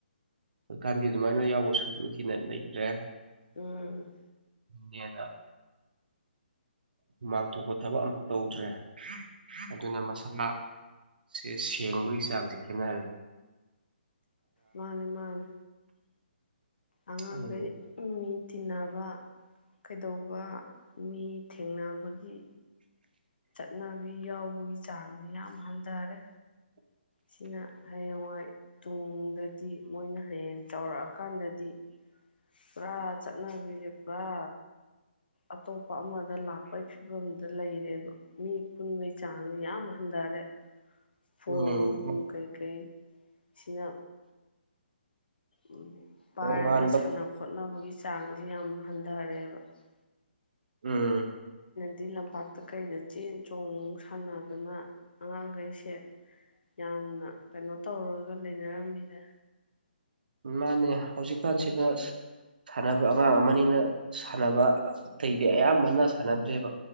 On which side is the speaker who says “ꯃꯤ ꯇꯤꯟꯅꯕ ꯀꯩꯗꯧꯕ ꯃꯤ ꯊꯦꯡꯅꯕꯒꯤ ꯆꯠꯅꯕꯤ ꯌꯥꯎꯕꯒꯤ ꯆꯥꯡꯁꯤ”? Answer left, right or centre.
Left